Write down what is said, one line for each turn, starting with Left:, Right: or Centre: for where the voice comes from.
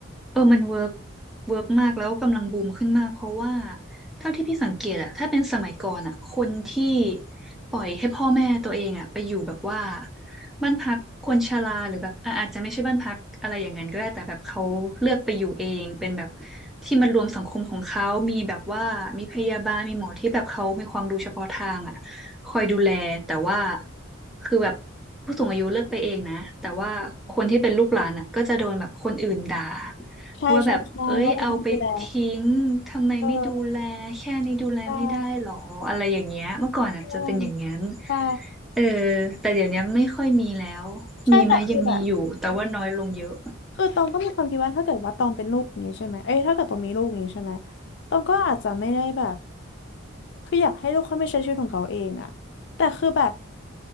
Centre: เออมันเวิร์กเวิร์กมากแล้วกำลังบูมขึ้นมากเพราะว่าเท่าที่พี่สังเกตอะถ้าเป็นสมัยก่อนอะคนที่ปล่อยให้พ่อแม่ตัวเองอะไปอยู่แบบว่าบ้านพักคนชราหรือแบบอ่ะอาจจะไม่ใช่บ้านพักอะไรอย่างนั้นก็ได้แต่แบบเขาเลือกไปอยู่เองเป็นแบบที่มันรวมสังคมของเขา มีแบบว่ามีพยาบาลมีหมอที่แบบเขามีความรู้เฉพาะทางอะ คอยดูแลแต่ว่าคือแบบผู้สูงอายุเลิกไปเองนะแต่ว่าคนที่เป็นลูกหลานอ่ะก็จะโดนแบบคนอื่นด่า
Left: ใช่ใช่ใช่ว่าเราไม่ดูแล
Centre: ว่าแบบเอ้ยเอาไปทิ้งทำไมไม่ดูแลแค่นี้ดูแลไม่ได้หรออะไรอย่างเงี้ยเมื่อก่อนอ่ะจะเป็นอย่างนั้น
Left: เออใช่ใช่ใช่
Centre: เออแต่เดี๋ยวนี้ไม่ค่อยมีแล้วมีไหมยังมีอยู่แต่ว่าน้อยลงเยอะ
Left: ใช่แต่คือแบบ คือตองก็มีความคิดว่าถ้าเกิดว่าตองเป็นลูกอย่างนี้ใช่ไหมเอ้ยถ้าเกิดตองมีลูกอย่างนี้ใช่ไหมตองก็อาจจะไม่ได้แบบคืออยากให้ลูกเขาไม่ใช้ชีวิตของเขาเองอะแต่คือแบบ